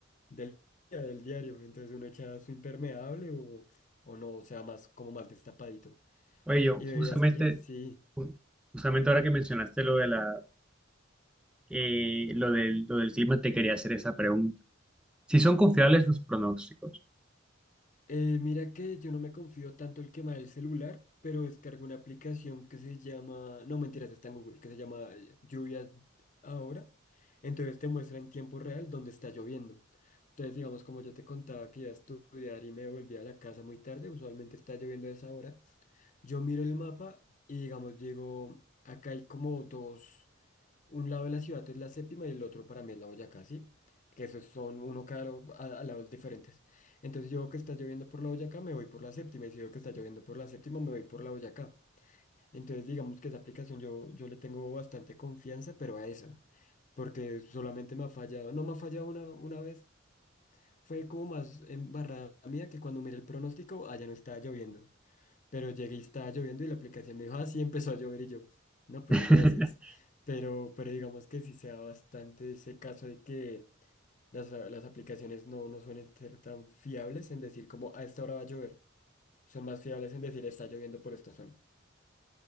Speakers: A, on the left; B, in the centre.
A: del día, del diario. Entonces uno echa su impermeable o, o no, o sea, más como más destapadito.
B: Oye, yo
A: ¿Y bebidas
B: justamente,
A: frías? Sí.
B: ju- justamente ahora que mencionaste lo de la, eh, lo del, lo del clima, te quería hacer esa pregunta. Si son confiables los pronósticos.
A: Eh, mira que yo no me confío tanto el quemar el celular, pero descargo una aplicación que se llama, no mentiras, está en Google, que se llama eh, Lluvias Ahora. Entonces te muestra en tiempo real dónde está lloviendo. Entonces, digamos, como yo te contaba que iba a estudiar y me volví a la casa muy tarde, usualmente está lloviendo a esa hora, yo miro el mapa y, digamos, llego, acá hay como dos. Un lado de la ciudad es la séptima y el otro para mí es la Boyacá, ¿sí? Que esos son uno cada lo- a, a lados diferentes. Entonces yo veo que está lloviendo por la Boyacá, me voy por la séptima. Y si veo que está lloviendo por la séptima, me voy por la Boyacá. Entonces digamos que esa aplicación yo, yo le tengo bastante confianza, pero a esa. Porque solamente me ha fallado, no me ha fallado una, una vez. Fue como más embarrada mía que cuando miré el pronóstico, allá no estaba lloviendo. Pero llegué y estaba lloviendo y la aplicación me dijo, ah, sí, empezó a llover y yo, no, pues
B: <laughs>
A: gracias. Pero, pero digamos que sí se da bastante ese caso de que las, a- las aplicaciones no, no suelen ser tan fiables en decir como a esta hora va a llover. Son más fiables en decir está lloviendo por esta zona.